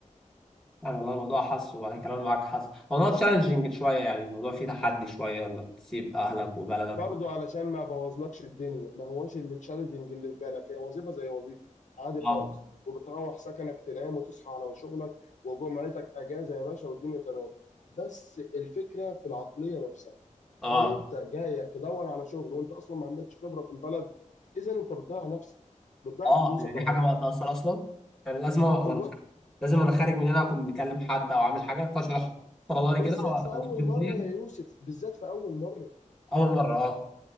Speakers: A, in the centre; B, on the left (about 65°).
A: يعني والله الموضوع حاسه وانا كلام معاك حاسه موضوع تشالنجينج شوية يعني الموضوع فيه تحدي شوية انك تسيب اهلك وبلدك
B: برضه
A: و...
B: علشان ما بوظلكش الدنيا ما هواش اللي تشالنجنج اللي في بالك هي وظيفه زي وظيفه عادي
A: اه
B: خالص وبتروح سكنك تنام وتصحى على شغلك وجمعتك اجازه يا باشا والدنيا تمام بس الفكره في العقليه نفسها
A: اه
B: هل انت جاي تدور على شغل وانت اصلا ما عندكش خبره في البلد اذا انت بتضيع نفسك بتضيع
A: اه
B: فلوسك
A: يعني دي
B: على
A: حاجة
B: الارض
A: بقى تأثر اصلا يعني لازم
B: ايوه
A: لازم انا خارج من هنا اكون مكلم حد او عامل حاجه فاشرح فرضاني
B: بالذات
A: كده
B: في اول
A: واشوف الدنيا
B: مره يا يوسف بالذات في اول مره
A: اول مره اه